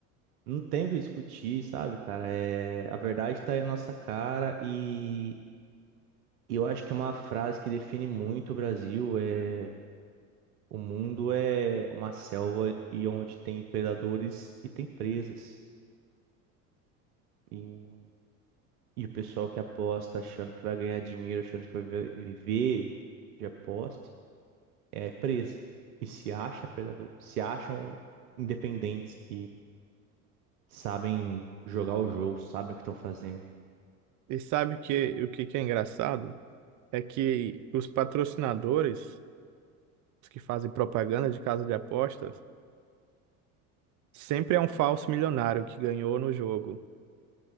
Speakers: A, on the right (about 80°); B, on the right (about 40°).
A: Não tem o que discutir, sabe, cara? É, a verdade tá aí na nossa cara e, e eu acho que é uma frase que define muito o Brasil. É, O mundo é uma selva e onde tem predadores e tem presas. E, e o pessoal que aposta achando que vai ganhar dinheiro, achando que vai vi- viver de aposta, é presa. E se acha predador, se acham independentes que sabem jogar o jogo, sabem o que estão fazendo.
B: E sabe o que, o que que é engraçado? É que os patrocinadores, os que fazem propaganda de casa de apostas, sempre é um falso milionário que ganhou no jogo.